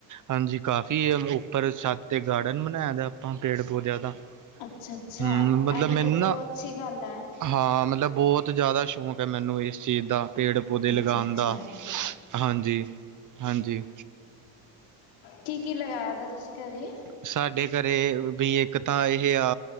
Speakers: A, on the right; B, on the left.
A: ਹਾਂਜੀ, ਕਾਫੀ ਏ ਉੱਪਰ ਛੱਤ ਤੇ ਗਾਰਡਨ ਬਣਾਇਆ ਹੋਇਆ ਆਪਾਂ ਪੇੜ-ਪੋਦਿਆਂ ਦਾ।
B: ਅੱਛਾ -ਅੱਛਾ।
A: ਹਮ ਮਤਲਬ
B: ਐਵੀ
A: ਮੈਨੂੰ
B: ਦੇਖੋ
A: ਨਾ
B: ਅੱਛੀ ਗੱਲ ਐ‌।
A: ਹਾਂ, ਮਤਲਬ ਬੋਤ ਜ਼ਾਦਾ ਸ਼ੋਕੈ ਮੈਨੂੰ ਏਸ ਚੀਜ਼ ਦਾ ਪੇੜ ਪੌਦੇ
B: ਅੱਛਾ
A: ਲਗਾਣ
B: ਅੱਛਾ
A: ਦਾ। ਹਾਂਜੀ-ਹਾਂਜੀ
B: ਕੀ-ਕੀ ਲਗਾਇਆ ਵਾ ਤੁਸੀਂ ਘਰੇ?
A: ਸਾਡੇ ਘਰੇ ਵੀ ਇੱਕ ਤਾਂ ਇਹੇ ਆ